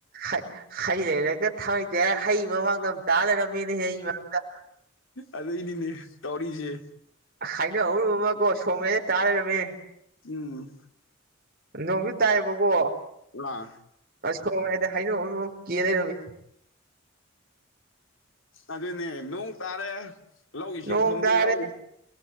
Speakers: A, on the right (about 45°); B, on the left (about 70°).
A: ꯍꯩ ꯍꯩ ꯂꯩꯔꯒ ꯊꯥꯡ ꯂꯩꯇꯦ ꯍꯥꯏꯔ ꯍꯩ ꯃꯃꯥꯡꯗ ꯑꯝ ꯇꯥ ꯂꯩꯔꯝꯃꯤꯅꯦꯍꯦ ꯑꯩ ꯃꯃꯥꯡꯗ
B: ꯑꯗꯨꯏꯅꯤꯅꯦ ꯇꯧꯔꯤꯁꯦ
A: ꯍꯥꯏꯅꯧ ꯑꯃꯨꯟꯕ ꯑꯃꯀꯣ ꯁ꯭ꯔ‌ꯣꯛ ꯃꯌꯥꯏꯗ ꯇꯥ ꯂꯩꯔꯝꯃꯦ
B: ꯎꯝ
A: ꯅꯣꯡꯁꯨ ꯇꯥꯏꯑꯕꯀꯣ
B: ꯑꯥ
A: ꯑꯁ ꯈꯣꯡꯉꯗ ꯍꯥꯏꯩꯅ ꯀꯦ ꯂꯩꯔꯝꯃꯤ
B: ꯑꯗꯨꯅꯦ ꯅꯣꯡ ꯇꯥꯔꯦ ꯂꯧ ꯏꯁꯤꯡ
A: ꯅꯣꯡ
B: ꯊꯨꯝꯗ
A: ꯇꯥꯔꯦ
B: ꯂꯧ